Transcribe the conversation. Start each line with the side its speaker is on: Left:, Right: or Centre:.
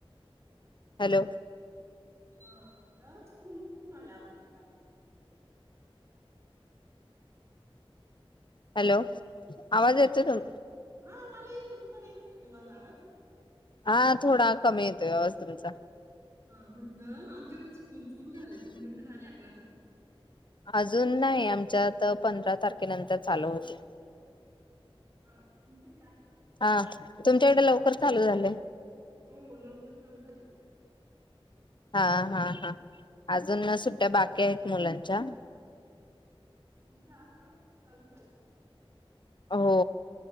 Left: हॅलो
Right: हां इथं स्कूल सुरू झाल्या आमच्याकडं
Left: हॅलो आवाज येतोय तुम
Right: हां मला येतो तुम्हाला येत नाही का? माझा आवाज
Left: हां थोडा कमी येतोय आवाज तुमचा
Right: हां म्हटलं आमच्याकडे स्कूल सुरू झाल्यात तुमच्याकडे झाल्या का?
Left: अजून नाही आमच्यात पंधरा तारखेनंतर चालू होतील
Right: हां <unintelligible>
Left: हां तुमच्याकडे लव कर चालू झाले
Right: झाल्या. हो लवकर चालू झाल्या
Left: हां हां हां अजून सुट्ट्या बाकी आहेत मुलांच्या
Right: आमच्या आसपास चालू झाले आहेत
Left: हो